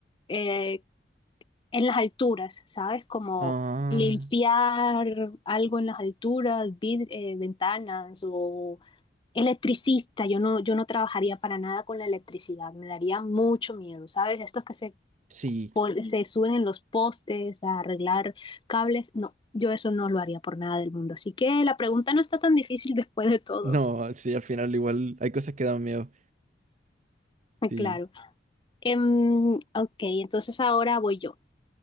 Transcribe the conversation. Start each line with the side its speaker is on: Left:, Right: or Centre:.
Left: eh, en las alturas, ¿sabes? Como
Right: Ah,
Left: limpiar algo en las alturas, vid- eh, ventanas o Electricista, yo no, yo no trabajaría para nada con la electricidad, me daría mucho miedo, ¿sabes? Estos que se,
Right: sí.
Left: pon- Sí. se suben en los postes a arreglar cables, no, yo eso no lo haría por nada del mundo. Así que la pregunta no está tan difícil después de todo,
Right: No, sí, al final igual hay cosas que dan miedo.
Left: <laughs> Ah,
Right: Sí,
Left: claro. Em, ok, entonces ahora voy yo.